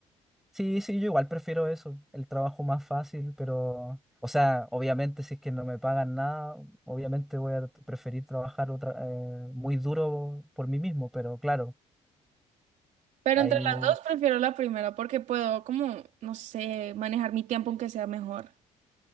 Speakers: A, in the centre; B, on the right (about 70°).
A: Sí, sí, yo igual prefiero eso, el trabajo más fácil, pero, o sea, obviamente si es que no me pagan nada, obviamente voy a t- preferir trabajar otra, eh, muy duro por mí mismo, pero claro,
B: Pero
A: ahí
B: entre las dos prefiero la primera porque puedo como, no sé, manejar mi tiempo aunque sea mejor.